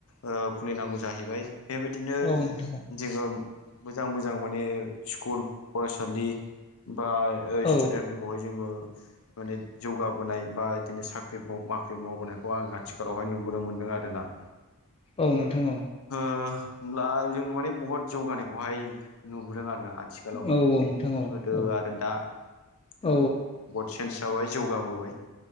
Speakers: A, on the left; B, on the left.
A: ओ खुलिनांगौ जाहैबाय बेबायदिनो
B: औ नोंथां
A: जोङो मोजां मोजां माने स्कुल फरायसालि बा
B: औ
A: स्टुडेन्ट बेफोरखौहाय जोङो माने जौगाबोनाय बा बिदिनो साख्रि बाख्रि मावबोनायखौ आङो आथिखालावहाय नुबोनो मोनदों आरोना
B: औ नोंथां औ
A: हो होमब्ला जों माने बहुत जौगानायखौहाय नुबोदों आरोना आथिखालावहाय
B: औ औ नोंथां औ
A: गोदो
B: औ
A: आरो दा
B: औ
A: बहुद सेन्स जाबाय जौगाबोबाय